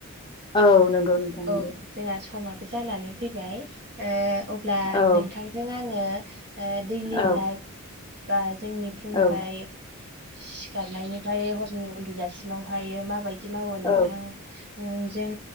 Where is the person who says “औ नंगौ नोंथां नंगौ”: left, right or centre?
Left